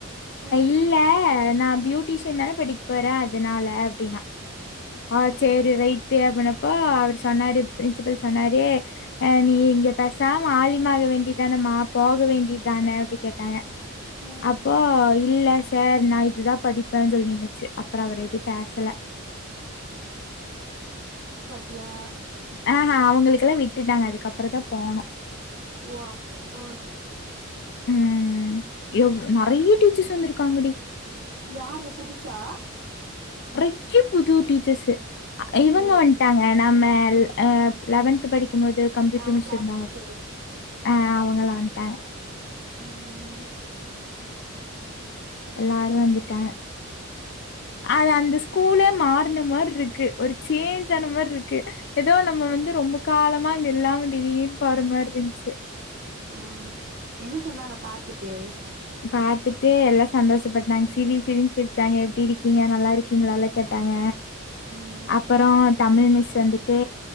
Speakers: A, on the right; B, on the left.
A: அ
B: இல்ல நா பியூட்டிஷியன் தானே படிக்க போறே அதனால அப்டினா.
A: அ
B: ஆ
A: அ
B: செரி ரைட்டு அப்பனப்போ அவரு சொன்னாரு பிரின்சபல் சொன்னாரு நீ இங்க பேசாம <unintelligible> வேண்டி தானமா போக வேண்டியதுதானே அப்படி கேட்டாங்க.
A: அ
B: அப்போ இல்ல சார் நா இதுதா படிப்பே சொல்லினின்னுசு. அப்புறோ அவர் எது பேசல.
A: அப்டியா.
B: ஆ ஆ ம். அவங்களுக்கெல்லா விட்டுட்டாங்க அதுக்கப்புறோ தா போனோ.
A: ஓ அப்போ செரி செரி.
B: ம் எவ் நறைய டீச்சர்ஸ் வந்துரு காங்கடி.
A: யாரல புதுசா?
B: <unintelligible> புது டீச்சர்ஸ்சு. இவங்க
A: ஓ
B: வந்துட்டாங்க நம்ம ஆ லெவன்த் படிக்க ம் போது கம்ப்யூட்டர்
A: ஆ
B: மிஸ்
A: கிளாஸ்
B: இருந்தாங்க
A: டீச்சரு
B: ஆ அவங்களா ஆ
A: ம் ம்
B: எல்லாரு வந்துட்டாங்க அது அந்த ஸ்கூலே மாருன மார்ருக்கு ஒரு சேஞ்ச் ஆன மார்ருக்கு ஏதோ நம்ம வந்து ரொம்ப காலமா இங்க இல்லாம திடீர்ன்னு போற மார்ரிந்ச்சு
A: ம் என்ன சொன்னாங்க பாத்துட்டு
B: பாத்துட்டு எல்லா சந்தோஷப்பட்டாங்க சிரி சிரின்னு சிரிச்சாங்க எப்பிடி இருக்கீங்க நல்லா ருக்கீங்களால்லா கேட்டாங்க
A: ம்
B: அப்பறோ தமிழ் மிஸ் வந்துட்டு